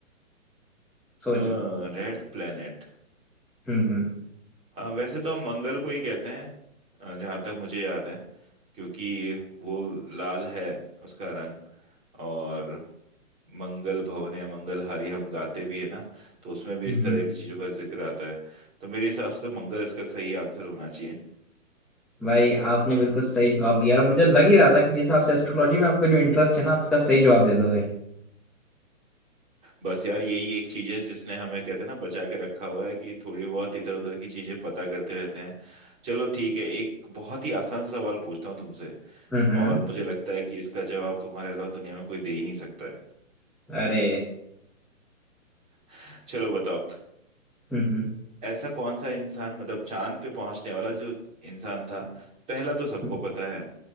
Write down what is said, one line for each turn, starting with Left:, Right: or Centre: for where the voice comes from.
Centre: सोचो
Right: हाँ रेड प्लेनेट
Centre: हम्म हम्म
Right: आ, वैसे तो हम मंगल को ही कहते हैं जहां तक मुझे याद है क्योंकि वो लाल है उसका रंग और मंगल भवन या मंगलहारी हम गाते भी है ना तो उसमें भी
Centre: हम्म
Right: इस तरह
Centre: हम्म।
Right: की चीजों का जिक्र आता है तो मेरे हिसाब से तो मंगल इसका सही आंसर होना चाहिए
Centre: भाई आपने बिल्कुल सही जवाब दिया और मुझे लग ही रहा था कि जिस हिसाब से एस्ट्रोलॉजी में आपका जो इंटरेस्ट है ना आप इसका सही जवाब दे दोगे
Right: बस यार यही एक चीज है जिसने हमें कहते हैं ना बचा के रखा हुआ है कि थोड़ी बहुत इधर उधर की चीजें पता करते रहते हैं चलो ठीक है एक बहुत ही आसान सा सवाल पूछता हूँ तुमसे
Centre: हम्म हम्म।
Right: और मुझे लगता है कि इसका जवाब तुम्हारे अलावा दुनिया में कोई दे ही नहीं सकता है
Centre: अरे
Right: <laughs> चलो बताओ
Centre: हम्म हम्म
Right: ऐसा कौन सा इंसान मतलब चांद पे पहुंचने वाला जो इंसान था पहला तो सबको
Centre: हम्म।
Right: पता है